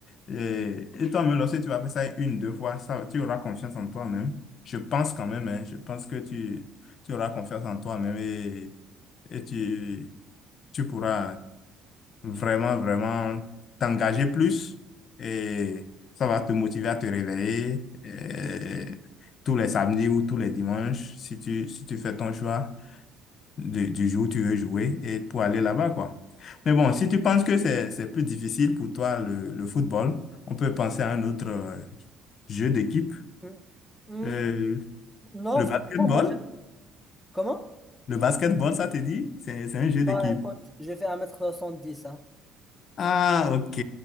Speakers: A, on the left; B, in the centre.
A: Et, et toi-même, lorsque tu vas faire ça une, deux fois, ça, tu auras confiance en toi-même. Je pense quand même, hein, je pense que tu, tu auras confiance en toi-même et, et tu, tu pourras vraiment, vraiment t'engager plus. Et ça va te motiver à te réveiller et tous les samedis ou tous les dimanches si tu, si tu fais ton choix du, du jour où tu veux jouer et pour aller là-bas, quoi. Mais bon, si tu penses que c'est, c'est plus difficile pour toi le, le football, on peut penser à un autre euh, jeu d'équipe.
B: Mm. Mm,
A: Euh,
B: Non,
A: le basketball.
B: franchement, moi, je- comment?
A: Le basketball, ça te dit? C'est, c'est un jeu
B: Ah,
A: d'équipe.
B: écoute, j'ai fait 1m70. Hein.
A: Ah, ok,